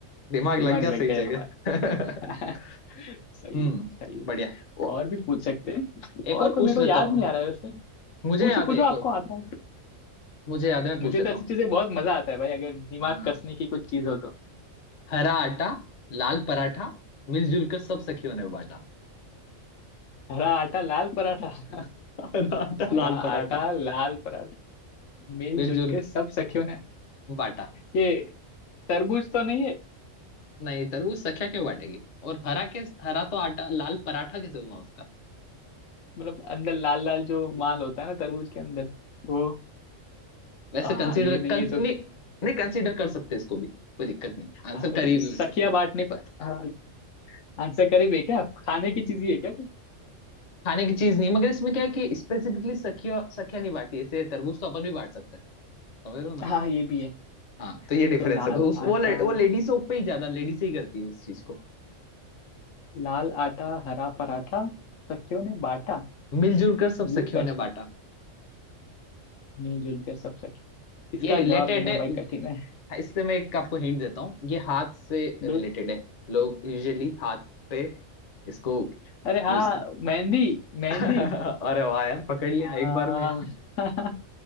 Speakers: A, on the left (about 40°); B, on the left (about 80°).
A: दिमाग
B: दिमाग
A: लग गया
B: लग
A: सही
B: गया
A: जगह
B: हमारा
A: <laughs>
B: <laughs> सही
A: हम्म
B: है सही है
A: बढ़िया ओ,
B: और भी पूछ सकते हैं और
A: एक और
B: कोई
A: पूछ
B: मेरे को
A: लेता
B: याद
A: हूँ
B: नहीं
A: मैं
B: आ रहा है वैसे
A: मुझे
B: पूछो
A: याद
B: पूछो
A: है एक
B: आपको
A: और
B: आता है तो।
A: मुझे याद है मैं पूछ
B: मुझे
A: लेता
B: तो ऐसी
A: हूँ
B: चीजें बहुत मजा आता है भाई अगर दिमाग
A: हाँ
B: कसने की कुछ चीज हो तो
A: हरा आटा लाल पराठा मिलजुल कर सब सखियों ने बांटा
B: हरा आटा लाल पराठा
A: हरा
B: <laughs>
A: आटा
B: हरा
A: लाल
B: आटा
A: पराठा
B: लाल पराठा मिलजुल
A: मिलजुल
B: के सब सखियों ने
A: बांटा
B: ये तरबूज तो नहीं है
A: नहीं तरबूज सखिया क्यों बांटेगी और हरा के हरा तो आटा लाल पराठा कैसे हुआ उसका
B: मतलब अंदर लाल लाल जो माल होता है ना तरबूज के अंदर वो
A: वैसे
B: आ,
A: कंसीडर
B: ये नहीं
A: कंस,
B: है तो
A: नहीं नहीं कंसीडर कर सकते इसको भी कोई दिक्कत नहीं आंसर
B: हाँ लेकिन
A: करीब
B: सखिया
A: है वैसे
B: बांटने पर हाँ आंसर करीब है क्या खाने की चीज ही है क्या कोई?
A: खाने की चीज नहीं मगर इसमें क्या है कि स्पेसिफिकली सखिया सखिया नहीं बांटी ऐसे तरबूज तो अपन भी बांट सकते हैं समझ रहे हो ना
B: हाँ ये भी है
A: हाँ तो ये डिफरेंस
B: तो लाल
A: है बस उस वो
B: आटा
A: ले, वो लेडीज पे ही ज्यादा लेडीज ही करती है उस चीज को
B: लाल आटा हरा पराठा सखियों ने बांटा
A: मिलजुल कर सब
B: ये
A: सखियों
B: कठ
A: ने बांटा
B: मिलजुल कर सब सखी इसका
A: ये रिलेटेड
B: जवाब देना
A: है
B: भाई कठिन है
A: इससे मैं एक आपको हिंट देता हूँ ये हाथ से
B: दूध
A: रिलेटेड है लोग यूजुअली हाथ पे इसको
B: अरे हाँ
A: यूज कर
B: मेहंदी मेहंदी
A: <laughs> अरे वाह यार पकड़ लिया
B: हाँ
A: एक बार में
B: <laughs>